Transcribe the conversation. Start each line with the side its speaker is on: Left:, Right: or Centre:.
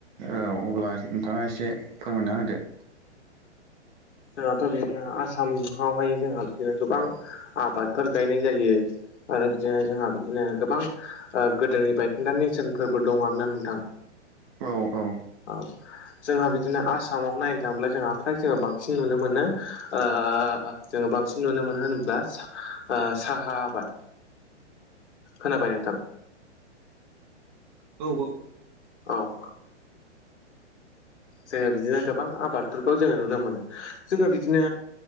Right: औ अब्ला नोंथांङा एसे फोरमायना होदो
Left: जोंहाथ बिदिनो आसामावहाय जोंहा बिदिनो गोबां आबादफोर गायनाय जायो आरो बिदिनो जोंहा बिदिनो गोबां ओ गोदोनि बायखेन्दा नेरसोनफोरबो दं आरोना नोंथां
Right: औ औ
Left: औ जोंहा बिदिनो आसामाव नायनो थाङोब्ला जोंहा फ्राय जोंङो बांसिन नुनो मोनो ओ जोंङो बांसिन नुनो मोनो होनोब्ला ओ साहा आबाद खोनाबाय नोथां
Right: औ औ
Left: औ जोंङो बिदिनो गोबां आबादफोरखौ जोंङो नुनो मोनो जोङो बिदिनो